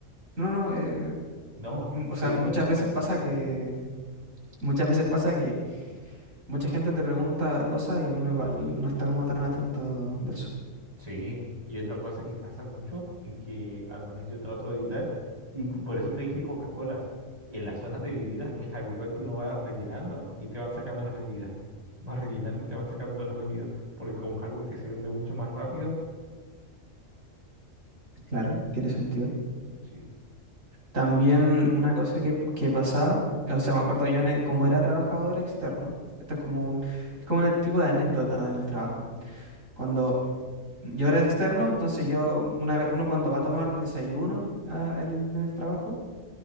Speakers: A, on the right (about 90°); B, on the right (about 30°).
A: No, no, eh,
B: no,
A: mm, o sea,
B: te iba
A: muchas
B: a comentar...
A: veces pasa que muchas veces pasa que mucha gente te pregunta cosas y uno igual no está como tan atento de eso.
B: Sí, y otra cosa que pasa mucho y que al menos yo trato de evitar, y cu- por eso te dije Coca-Cola, en las zonas de bebidas es habitual que uno va rellenando y te van sacando las bebidas. Vas rellenando y te van sacando las bebidas, porque como es algo que se vende mucho más rápido,
A: Claro, tiene sentido.
B: sí.
A: También una cosa que, que pasaba, o sea, me acuerdo yo, en el- como era trabajador externo, esto es como un, es como un tipo de anécdota en el trabajo. Cuando yo era externo, entonces yo, una vez, uno cuando va a tomar desayuno ah, en el, en el trabajo,